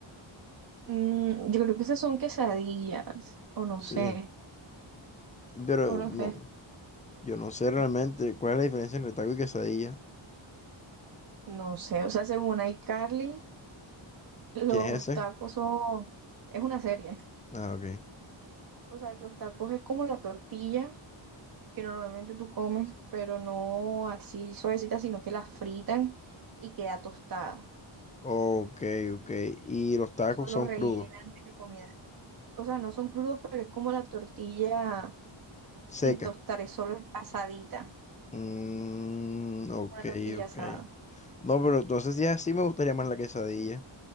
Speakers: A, on the right; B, on the left.
A: Mm, yo creo que esas son quesadillas, o no
B: Sí,
A: sé,
B: pero
A: o no
B: no,
A: sé,
B: yo no sé realmente
A: N-
B: cuál es la diferencia entre taco y quesadilla,
A: no sé, o sea, según iCarly, los
B: ¿qué es ese?
A: tacos son, es una serie,
B: Ah, ok.
A: o sea, los tacos es como la tortilla que normalmente tú comes, pero no así suavecita, sino que la fritan y queda tostada.
B: Ok, ok, y los tacos
A: Y eso lo
B: son
A: rellenan
B: crudos,
A: de comida. O sea, no son crudos, pero es como la tortilla sin
B: seca.
A: tostar, es solo asadita,
B: Mm, ok,
A: como una tortilla
B: ok.
A: asada.
B: No, pero entonces ya sí me gustaría más la quesadilla.